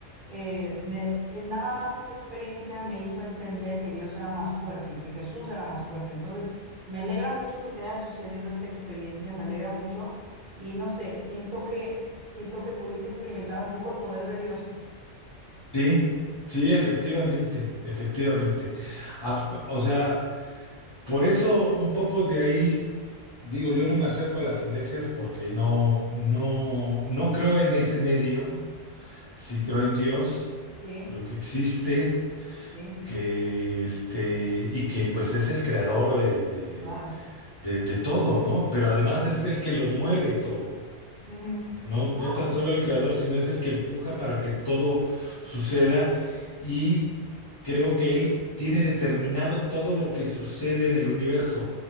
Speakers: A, on the right (about 45°); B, on the left (about 40°).
A: eh, me, eh, nada más esa experiencia me hizo entender que Dios era más fuerte y que Jesús era más fuerte, entonces me alegra mucho que te haya sucedido esta experiencia, me alegra mucho y no sé, siento que, siento que pudiste experimentar un poco el poder de Dios.
B: sí, sí, efectivamente, efectivamente. Af- O sea, por eso un poco de ahí digo, yo no me acerco a las iglesias porque no, no, no creo en ese medio, sí creo en Dios,
A: Sí,
B: creo que existe
A: sí,
B: que este, y que pues es el creador de, de,
A: claro.
B: de- de todo, ¿no? Pero
A: Ujú.
B: además es el que lo mueve todo.
A: Ujú,
B: O sea,
A: Sí,
B: no,
A: claro,
B: no tan solo el creador, sino es el que empuja para que todo suceda. Y creo que él tiene determinado todo lo que sucede en el universo.